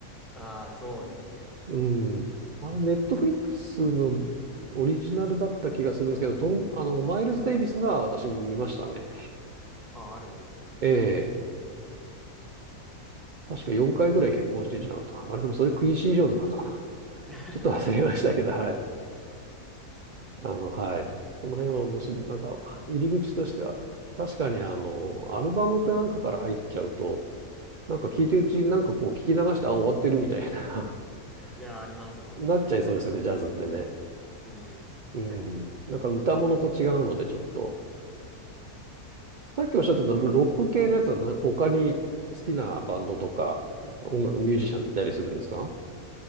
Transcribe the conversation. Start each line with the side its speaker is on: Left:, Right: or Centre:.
Centre: ああ、そうですね。
Right: うん。あれ、ネットフリックスのオリジナルだった気がするんですけど、
Centre: やっぱじゃあ、ずうーん。
Right: とん、あの、マイルズ・デイビスのは私見ましたね。
Centre: ああ、あるんですね。
Right: ええ
Centre: じゃあ、見てみます。
Right: 確か4回ぐらい結婚してんじゃなかったかな。あれでもそれクインシー・ジョーンズだったかな。
Centre: <laughs>
Right: ちょっと忘れましたけど、はい。あの、はい。その辺は面白い。なんか、入り口としては、確かにあの、アルバムかなんかから入っちゃうと、なんか聞いてるうちになんかこう聞き流して、
Centre: うん。
Right: あ、終わってるみたいな
Centre: いや、あります、
Right: <laughs>
Centre: 本当にそういうの。
Right: なっちゃいそうですよね、ジャズってね。
Centre: うん。
Right: うん。なんか歌物と違うので、ちょっと。
Centre: うん、好
Right: さっきおっしゃってたロック系のやつは、なんか他に好きなバンドとか、音楽、ミュージシャンっていたりするんですか